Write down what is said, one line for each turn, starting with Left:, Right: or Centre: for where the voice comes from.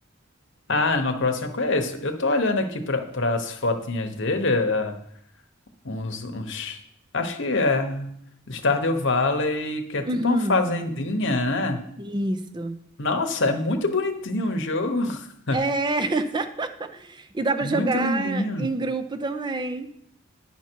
Left: Ah, Animal Crossing eu conheço. Eu tô olhando aqui para as fotinhas dele, é, uns, uns. Acho que é. Stardew Valley, que é tipo
Right: Uhum,
Left: uma fazendinha, né?
Right: isso.
Left: Nossa, é muito bonitinho o jogo. <laughs>
Right: É. <laughs> E dá pra
Left: Muito
Right: jogar
Left: lindinho.
Right: em grupo também.